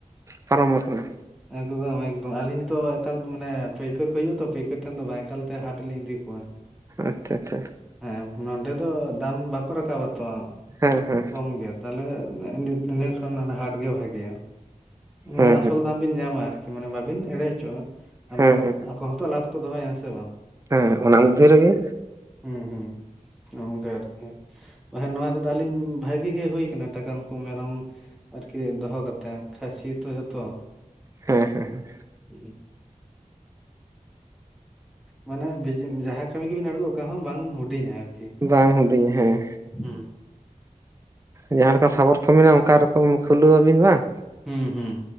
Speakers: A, on the right (about 25°); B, in the centre.
A: ᱯᱟᱨᱚᱢ ᱟᱠᱟᱱᱟ
B: ᱮᱠᱫᱚᱢ ᱮᱠᱫᱚᱢ ᱟᱹᱞᱤᱧ ᱛᱚ ᱮᱠᱟᱞ ᱢᱟᱱᱮ ᱯᱟᱹᱭᱠᱟᱹᱨ ᱠᱚ ᱦᱩᱭᱩᱜᱼᱟ ᱛᱚ ᱯᱟᱹᱭᱠᱟᱹᱨ ᱴᱷᱮᱱ ᱫᱚ ᱵᱟᱝ ᱮᱠᱟᱞ ᱛᱮ ᱦᱟᱴ ᱞᱤᱧ ᱤᱫᱤ ᱠᱚᱣᱟ
A: ᱟᱪᱪᱷᱟ ᱟᱪᱪᱷᱟ
B: ᱦᱮᱸ ᱱᱚᱸᱰᱮ ᱫᱚ ᱫᱟᱢ ᱵᱟᱠᱚ ᱨᱟᱠᱟᱵᱟ ᱛᱚ
A: ᱦᱮᱸ ᱦᱮᱸ
B: ᱠᱚᱢ ᱜᱮ ᱛᱟᱦᱚᱞᱮ ᱤᱱᱟᱹ ᱠᱷᱚᱱ ᱦᱟᱴ ᱜᱮ ᱵᱷᱟᱜᱮᱭᱟ ᱢᱟᱱᱮ
A: ᱦᱮᱸ
B: ᱟᱥᱚᱞ
A: ᱦᱮᱸ
B: ᱫᱟᱢ ᱵᱤᱱ ᱧᱟᱢᱟ ᱟᱨᱠᱤ ᱢᱟᱱᱮ ᱵᱟᱵᱤᱱ ᱮᱲᱮ ᱦᱚᱪᱚᱜᱼᱟ ᱟᱫᱚ
A: ᱦᱮᱸ ᱦᱮᱸ
B: ᱟᱠᱚ ᱦᱚᱸᱛᱚ ᱞᱟᱵᱷ ᱠᱚ ᱫᱚᱦᱚᱭᱟ ᱦᱮ ᱥᱮ ᱵᱟᱝ
A: ᱦᱮᱸ ᱚᱱᱟ ᱢᱚᱫᱽᱫᱷᱮ ᱨᱮᱜᱮ
B: ᱦᱩᱸ ᱦᱩᱸ ᱜᱮ ᱟᱨᱠᱤ ᱵᱟᱠᱷᱟᱱ ᱱᱚᱣᱟ ᱛᱮᱫᱚ ᱟᱹᱞᱤᱧ ᱵᱷᱟᱹᱜᱤ ᱜᱮ ᱦᱩᱭ ᱠᱟᱱᱟ ᱴᱟᱠᱟ ᱱᱩᱠᱩ ᱢᱮᱨᱚᱢ ᱟᱨᱠᱤ ᱫᱚᱦᱚ ᱠᱟᱛᱮᱢ ᱠᱷᱟᱹᱥᱤ ᱛᱚ ᱡᱚᱛᱚ
A: ᱦᱮᱸ ᱦᱮᱸ ᱦᱮᱸ
B: ᱦᱩᱸ <unintelligible> ᱢᱟᱱᱮ ᱵᱤᱡ ᱡᱟᱦᱟᱸ ᱠᱟᱹᱢᱤ ᱜᱮᱵᱤᱱ ᱟᱬᱜᱚ ᱚᱠᱟ ᱦᱚᱸ ᱵᱟᱝ ᱦᱩᱰᱤᱧᱟ ᱟᱨᱠᱤ
A: ᱵᱟᱝ ᱦᱩᱰᱤᱧᱟ ᱦᱮᱸ
B: ᱦᱮᱸ
A: ᱡᱟᱦᱟᱸᱮ ᱞᱮᱠᱟ ᱥᱟᱵᱚᱨᱛᱷᱚ ᱢᱮᱱᱟᱜᱼᱟ ᱚᱱᱠᱟ ᱨᱚᱠᱚᱢ ᱠᱷᱩᱞᱟᱹᱣᱟᱵᱤᱱ ᱵᱟᱝ
B: ᱦᱩᱸ ᱦᱩᱸ